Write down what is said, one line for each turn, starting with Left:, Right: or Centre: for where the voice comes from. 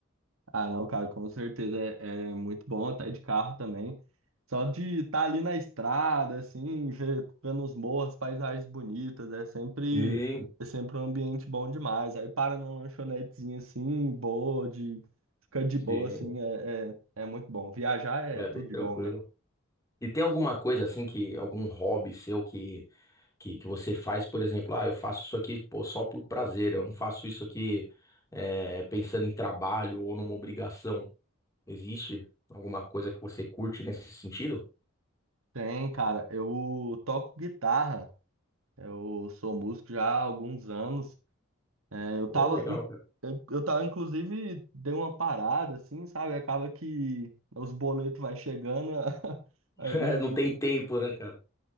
Right: Ah, não, cara, com certeza é, é muito bom, até de carro também. Só de estar ali na estrada, assim, ver, vendo os morros, paisagens bonitas, é sempre,
Left: Sim,
Right: é sempre um ambiente bom demais. Aí para numa lanchonetezinha assim, boa, de ficar de boa,
Left: sim,
Right: assim, é, é, é muito bom. Viajar é
Left: é
Right: tudo
Left: bem tranquilo.
Right: de bom, né?
Left: E tem alguma coisa assim que, algum hobby seu que, que, que você faz, por exemplo, ah, eu faço isso aqui, pô, só por prazer, eu não faço isso aqui é, pensando em trabalho ou numa obrigação. Existe alguma coisa que você curte nesse sentido?
Right: Tem, cara, eu toco guitarra, eu sou músico já há alguns anos. Eu
Left: Pô,
Right: tava,
Left: legal,
Right: in-
Left: cara.
Right: eu eu tava, inclusive, dei uma parada, assim, sabe? Acaba que os boletos vai chegando <laughs>
Left: <laughs>
Right: aí
Left: Não tem tempo, né, cara?